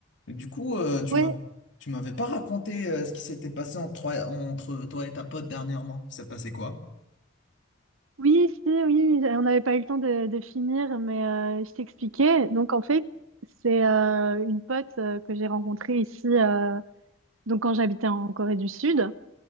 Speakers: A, on the left; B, on the right.
A: Et du coup, euh, tu
B: Ouais,
A: m'as, tu m'avais pas raconté euh, ce qui s'était passé entre, toi- entre toi et ta pote dernièrement. Ça s'est passé quoi?
B: oui, si, oui, on n'avait pas eu le temps de, de finir, mais euh, je t'expliquais. Donc, en fait, c'est euh, une pote euh, que j'ai rencontrée ici, euh, donc quand j'habitais en Corée du Sud.